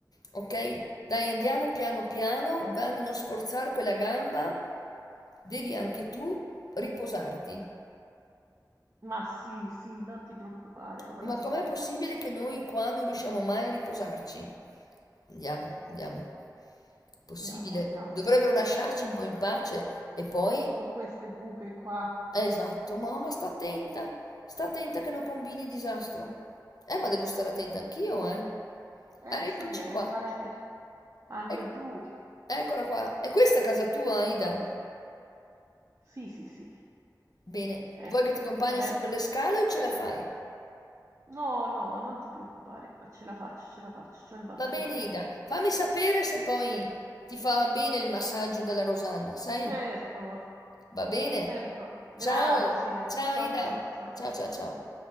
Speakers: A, on the left; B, on the right.
A: Ok? Dai, andiamo piano piano, va a non sforzare quella gamba, devi anche tu riposarti.
B: Ma sì, sì, non ti preoccupare. Ora
A: Ma
B: sì.
A: com'è possibile che noi qua non riusciamo mai a riposarci? Andiamo, andiamo. Possibile.
B: Andiamo, andiamo.
A: Dovrebbero lasciarci un po' in pace e poi
B: Tu Con queste buche qua.
A: Esatto, mamma, sta attenta, sta attenta che non combini disastro. Eh, ma devo stare attenta anch'io, eh.
B: Eh
A: Eh,
B: sì,
A: Eccoci
B: eh,
A: qua,
B: guarda che anche
A: Ec-
B: tu.
A: eccola qua. E questa è casa tua, Ida?
B: Sì, sì, sì.
A: Bene, vuoi
B: Eccola.
A: che ti accompagni
B: Bene.
A: su per le scale o ce la fai?
B: No, no, non ti preoccupare qua, ce la faccio, ce la faccio, c'ho il bastone.
A: Va bene, Ida, fammi sapere se poi ti fa bene il massaggio della Rosanna, sai?
B: Certo,
A: Va bene?
B: certo, grazie.
A: Ciao, ciao
B: Ciao,
A: Ida,
B: ciao, ciao.
A: ciao ciao ciao.